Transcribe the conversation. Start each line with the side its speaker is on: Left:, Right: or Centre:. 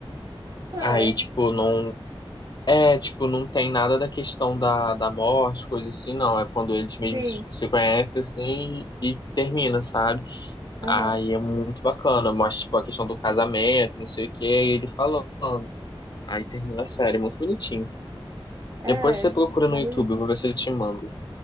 Right: Ah,
Left: Aí,
Right: é.
Left: tipo, não. É, tipo, não tem nada da questão da, da morte, coisa assim, não. É quando eles mesmos
Right: Sim.
Left: se conhecem, assim, e, e termina, sabe?
Right: Aham.
Left: Aí é muito bacana. Mostra, tipo, a questão do casamento, não sei o que e ele falando. Aí termina a série, muito bonitinho.
Right: É,
Left: Depois você
Right: é.
Left: procura
Right: Fica
Left: no YouTube,
Right: bonito.
Left: eu vou ver se eu te mando.